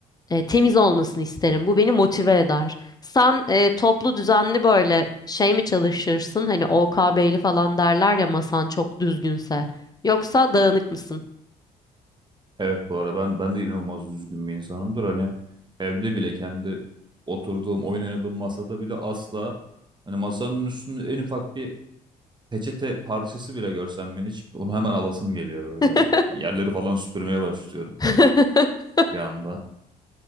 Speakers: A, on the left; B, on the right.
A: e, temiz olmasını isterim. Bu beni motive eder. Sen e, toplu, düzenli böyle şey mi çalışırsın? Hani O K OKB'li falan derler ya masan çok düzgünse. Yoksa dağınık mısın?
B: Evet bu arada ben ben de inanılmaz üzgün bir insanımdır. Hani evde bile kendi oturduğum, oyun oynadığım masada bile asla hani masanın üstünde en ufak bir peçete parçası bile görsem ben hiç onu hemen alasım geliyor böyle.
A: <laughs>
B: Hani Yerleri falan süpürmeye başlıyorum
A: <laughs>
B: bir anda.